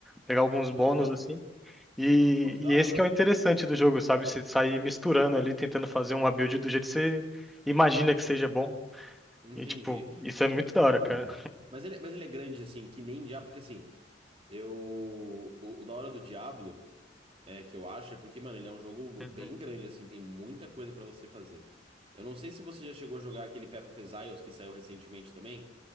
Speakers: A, in the centre; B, on the right.
A: pegar alguns bônus,
B: Aham.
A: assim. E,
B: Pô, que da
A: e esse
B: hora.
A: que é o interessante do jogo, sabe? Você sair misturando ali, tentando fazer uma build do jeito que você imagina que seja bom.
B: Entendi.
A: E, tipo, isso é muito da hora, cara.
B: Hum. Mas ele, mas ele é grande, assim, que nem Diablo, porque assim, eu. O, o da hora do Diablo. É, que eu acho, é porque, mano, ele é um jogo
A: <laughs>
B: bem grande, assim, tem muita coisa pra você fazer. Eu não sei se você já chegou a jogar aquele Path of Exiles que saiu recentemente também.